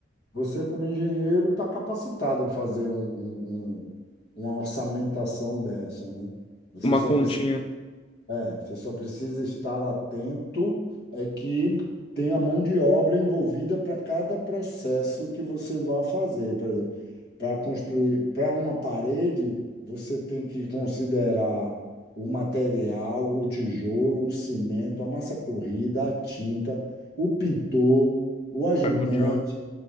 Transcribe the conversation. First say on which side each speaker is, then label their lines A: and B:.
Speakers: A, on the left; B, on the left.
A: Você, como engenheiro, está capacitado a fazer um, um- um- uma orçamentação dessa, né? Você
B: Uma
A: só
B: continha,
A: precisa, é, você só precisa estar atento é que tem a mão de obra envolvida para cada processo que você vai fazer. Por exemplo, para construir, para uma parede, você tem que considerar o material, o tijolo, o cimento, a massa corrida, a tinta, o pintor, o ajudante
B: a mão de obra.